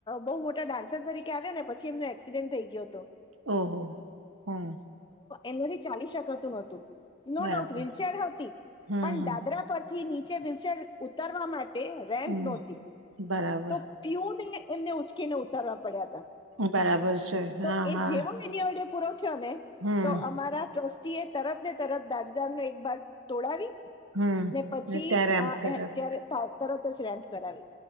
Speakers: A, on the left (about 20°); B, on the right (about 75°).
A: બહુ મોટા ડાન્સર તરીકે આવ્યા ને પછી એમનો એક્સિડેન્ટ થઈ ગયો હતો.
B: ઓહ હમ્મ
A: એનેથી ચાલી શકાતું નતું નો
B: બરાબર
A: ડાઉટ વ્હીલચેર હતી
B: હમ
A: પણ
B: હમ
A: દાદરા પર થી નીચે ભીલચર ઉતારવા માટે રેમ્પ
B: હમ
A: નહોતી
B: બરાબર
A: તો પીુને એમને ઉચકીને ઉતારવા પડ્યા હતા
B: બરાબર છે હા
A: તો એ
B: હા
A: જેવો એની વડે પૂરો થયો ને
B: હમ
A: તો અમારા ટ્રસ્ટી તરત ને તરત દાજદાર નો એક ભાગ તોડાવી
B: હમ
A: ને પછી
B: ત્યારે એમ કરાવે
A: ત્યારે તરત જ રેમપ કરાવી